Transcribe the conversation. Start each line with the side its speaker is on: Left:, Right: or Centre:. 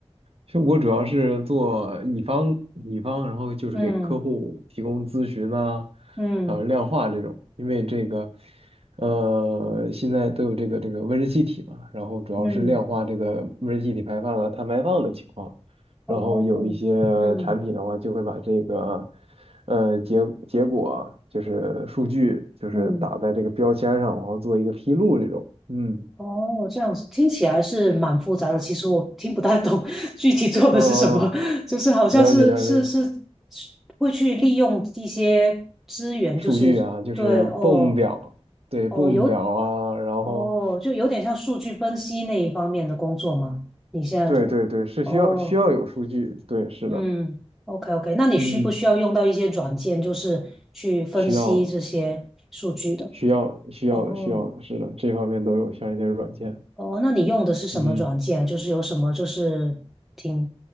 Right: 其实我主要是做乙方，乙方，然后就是给客户提供咨询啊，
Centre: 嗯嗯
Right: 啊，量化这种，因为这个，呃，现在都有这个这个温室气体嘛，然后主要是量化这个温室气体排放啊、
Centre: 嗯，
Right: 碳排放的情况，
Centre: 哦，
Right: 然后有一些产品的话，
Centre: 嗯
Right: 就会把这个，呃，结结果啊就是数据，就是打在这个标签上，
Centre: 嗯，
Right: 然后做一个披露这种，嗯
Centre: 哦，这样子听起来是蛮复杂的。其实我听不太懂 <laughs> 具体做的是什么，
Right: 嗯，呃
Centre: 就是好像是是是
Right: 了解了解，
Centre: 会去利用一些资源，
Right: 数据啊，
Centre: 就是对哦。
Right: 就是 BOOM 表，对
Centre: 哦，
Right: BOOM
Centre: 有，
Right: 表啊，然后
Centre: 哦，就有点像数据分析那一方面的工作吗？你现在的，
Right: 对对对，是需要需要有数据，
Centre: 哦，
Right: 对，是的，
Centre: 嗯，OK OK，那你需不需要用到一些软件，
Right: 嗯，
Centre: 就是去分析这些数据的？
Right: 需要需要需要的需要的，
Centre: 哦
Right: 是的，这方面都有相应的软件，
Centre: 哦，那你用的是什么软件？
Right: 嗯，
Centre: 就是有什么就是挺